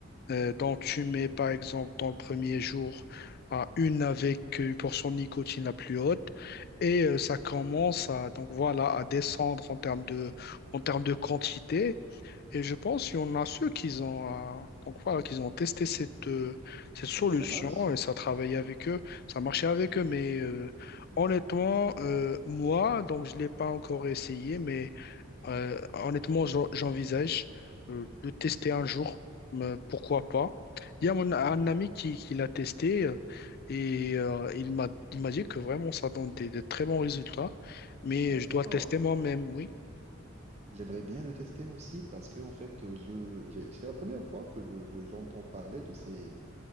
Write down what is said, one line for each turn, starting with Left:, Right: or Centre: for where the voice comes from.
Left: euh, dont tu mets, par exemple, dans le premier jour, à une avec une portion de nicotine la plus haute et euh, ça commence à, donc voilà, à descendre en termes de, en termes de quantité et je pense qu'il y en a ceux qui ont, euh, donc voilà, qu'ils ont testé cette, euh, cette solution
Right: Et ça marche?
Left: et ça travaillait avec eux, ça marchait avec eux. Mais euh, honnêtement, euh, moi, donc je ne l'ai pas encore essayé, mais euh, honnêtement, j'en- j'envisage euh, le tester un jour, mais pourquoi pas. Il y a mon, un ami qui, qui l'a testé euh, et euh, il m'a, il m'a dit que vraiment ça donne des, des très bons résultats, mais
Right: Ah,
Left: je
Right: d'accord.
Left: dois le tester moi-même, oui.
Right: J'aimerais bien le tester aussi parce que en fait, je, j'ai- c'est la première fois que je, je- j'entends parler de ces,